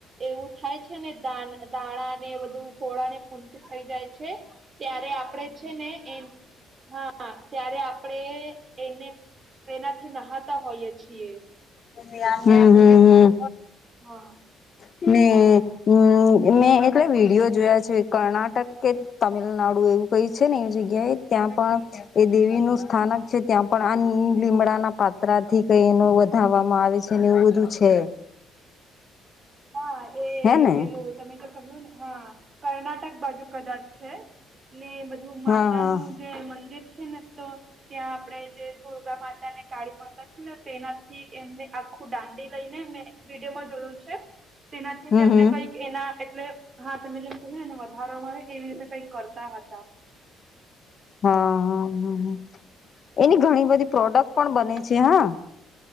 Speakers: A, on the right; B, on the left.
A: એવું થાય છે ને દાણા ને બધું ખોળા ને ઊટી થઈ જાય છે ત્યારે આપડે છે ને એ હા ત્યારે આપણે એને એનાથી નહતા હોઈય છીએ
B: હમ્મ હમ્મ હમ્મ
A: હા.
B: <unintelligible> મેં એટલે વિડીયો જોયા છે કર્ણાટક કે તમિલનાડુ એવું કઈ છે ને એવી જગ્યાએ ત્યાં પણ એ દેવી નું સ્થાનક છે ત્યાં પણ આ લીમડાના પાત્રા થી કઈ નો વ ધાવામાં આવે છે ને એવું બધુ છે.
A: હા એ
B: હે ને
A: પેલું તમે ક્યું ને હા કર્ણાટક બાજુ કદાચ છે ને બ ધુ માતા
B: હા હા
A: નું જે મંદિર છે ને તો ત્યાં આપણે જે દુર્ગા માતા ને કાળી માતા છે ને તેનાથી એમને આખું દાંડી લઈને એને વિડીયોમાં જોયું છે તેનાથી
B: હમ
A: તેમને
B: હમ
A: કઈ એના એટલે હાથ મિનટ ને એને વધારો મળે એવી રીતે કઈક કરતા હતા.
B: હા હા હ હ
A: ત્યાં
B: એની ઘણી
A: પણ
B: બધી પ્રોડક્ટ
A: પવિત્ર
B: પણ
A: એટલે
B: બને છે હા.